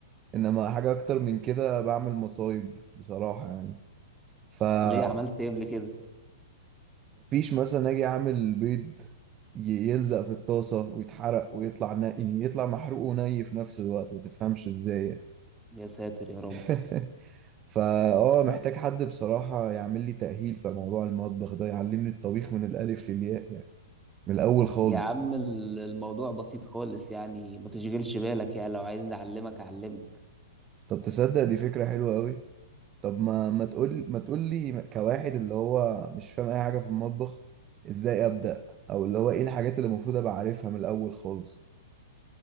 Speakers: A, on the right; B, in the centre.
A: انما حاجة اكتر من كده بعمل مصايب بصراحة يعني فمفيش
B: ليه عملت ايه قبل كده
A: مثلا اجي اعمل بيض ي- يلزق في الطاسة ويتحرق ويطلع نقي يعني يطلع محروق وني في نفس الوقت متفهمش ازاي يعني.
B: يا ساتر يا رب
A: <laughs> فا اه محتاج حد بصراحة يعمل لي تأهيل في موضوع المطبخ ده يعلمني الطبيخ من الألف للياء يعني، من الأول خالص
B: يا عم ال- الموضوع بسيط خالص يعني ما تشغلش بالك يعني لو عايزني اعلمك اعلمك
A: طب تصدق دي فكرة حلوة أوي طب ما ما تقول ما تقول لي كواحد اللي هو مش فاهم اي حاجه في المطبخ ازاي ابدا او اللي هو ايه الحاجات اللي المفروض ابقى عارفها من الاول خالص